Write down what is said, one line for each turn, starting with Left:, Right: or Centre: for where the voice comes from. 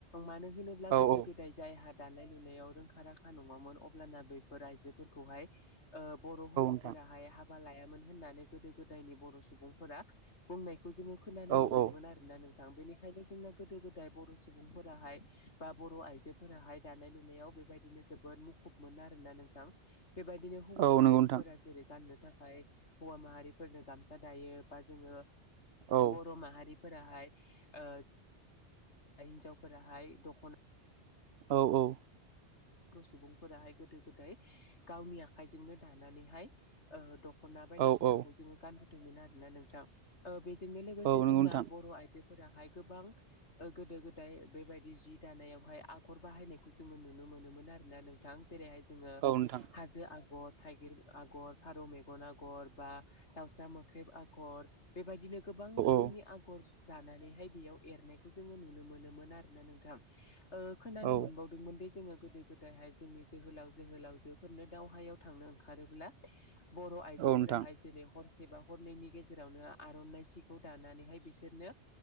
Left: मानो होनोब्ला गोदो
Right: औ
Left: - गोदाय जायहा दानाय लुनायाव रोंखा - राखा नङामोन अब्लाना बैफोर आइजोफोरखौहाय ओ बर' हौवाफोराहाय
Right: नोंथां
Left: हाबा लायामोन होननानै गोदो गोदायनि बर' सुबुंफोरा बुंनाय खौ जोङो खोनानो
Right: औ
Left: मोनदोंमोन
Right: औ
Left: आरोना नोंथां। बेनिखायनो जोंना गोदो - गोदाय बर' सुबुंफोराहाय बा बर' आइजोफोराहाय दानाय लुनायाव बेबायदिनो जोबोद मुखुब मोनो आर ना नोंथां। बेबायदिनो हौवा
Right: औ
Left: माहारिफोरा
Right: नंगौ नोंथां
Left: जेरै गाननो थाखाय खाय होवा माहारिफोरनो गामसा दायो बा जोङो
Right: औ
Left: बर' माहारि फोराहाय ओ दा हिन्जावफोराहाय दख'ना
Right: औ - औ
Left: बर' सुबुंफोराहाय गोदो - गोदाय गावनि आखाइजोंनो दानानैहाय ओ दख' दखना बायदिसिनाखौ
Right: औ औ
Left: जोङो गानबोदोंमोन आरोना नोंथां बेजोंनो लोगोसे
Right: औ नंगौ
Left: जोंना
Right: नोंथां
Left: बर' आइजो फोराहाय गोबां गोदो गोदाय बेबायदि जि दानायावहाय आगर बाहायनायखौ जोङो नुनो मोनो ननो आरोोना नोंथां जेरैहाय जोङो
Right: औ नोंथां
Left: हाजो आगर थाइगिर आगर फारौ मेगन आगर बा दाउसा मोख्रेब आगर बेबायदिनो गोबां रोखोमनि
Right: औ
Left: आगर दानानैहाय बेयाव एरनायखौ जोङो नुनो मोनोमोन आरो ना नोंथां। खोनानो
Right: औ
Left: मोनबावदोंमोन दे जोङो गोदो गोदायहाय जोंनि जोहोलाव जोहोलावजोफोरनो दावहायाव थांनो ओंखारोब्ला बर' आइजोफोराहाय
Right: औ नोंथां
Left: जेरै ह बा हरनि गेजेरावनो आर'नाइ सिखौ दानानैहाय बिसोरनो